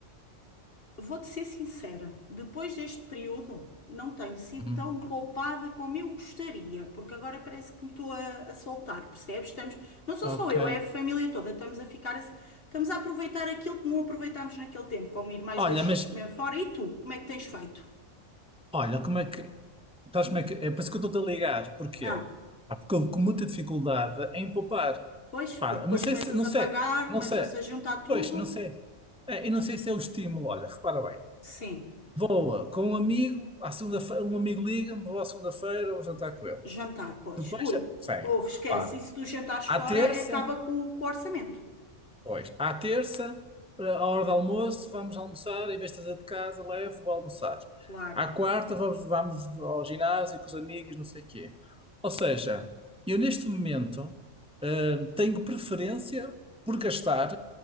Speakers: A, on the left (about 50°); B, in the centre.
A: vou-te ser sincera, depois deste período não tenho sido
B: Hum,
A: tão poupada como eu gostaria, porque agora parece que me estou a, a soltar, percebes? Estamos, não sou
B: ok.
A: só eu, é a família toda, estamos a ficar, a- estamos a aproveitar aquilo que não aproveitámos naquele tempo, como ir mais
B: Olha,
A: vezes
B: mas
A: comer fora. E tu, como é que tens feito?
B: Olha, como é que. Estás como é que. É por isso que eu estou-te a ligar. Porquê?
A: Ah,
B: Pá, Porque eu com muita dificuldade em poupar.
A: pois, porque
B: Pá,
A: depois
B: não sei
A: começas
B: se. Não
A: a
B: sei.
A: pagar,
B: Não
A: começam-se
B: sei.
A: a juntar tudo.
B: Pois, não sei. É, eu não sei se é o estímulo. Olha, repara bem.
A: Sim.
B: Vou uh, com um amigo, à segunda-feira, um amigo liga-me, vou à segunda-feira, vou jantar com ele.
A: Jantar, pois.
B: Depois,
A: Ui,
B: sim,
A: ouve, esquece.
B: repara.
A: Isso dos jantares fora
B: À terça,
A: acaba com, com o orçamento.
B: Pois, à terça, eh, à hora do almoço, vamos almoçar. Em vez de trazer de casa, levo, vou almoçar.
A: Claro.
B: À quarta, vamos, vamos ao ginásio com os amigos, não sei o quê. Ou seja, eu neste momento hum, tenho preferência por gastar,